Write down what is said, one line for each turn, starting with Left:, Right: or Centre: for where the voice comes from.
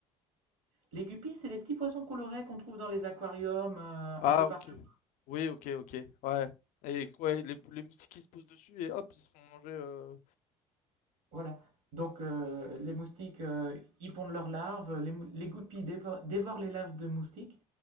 Right: Les guppies, c'est les petits poissons colorés qu'on trouve dans les aquariums euh,
Left: Ah,
Right: un peu partout.
Left: ok. Oui, ok, ok. Ouais. Et ouais, les, les moustiques qui se posent dessus et hop, ils se font manger. euh.
Right: Voilà. Donc euh, les moustiques, euh, ils pondent leurs larves, les, mou- les guppies dévo- dévorent les larves de moustiques.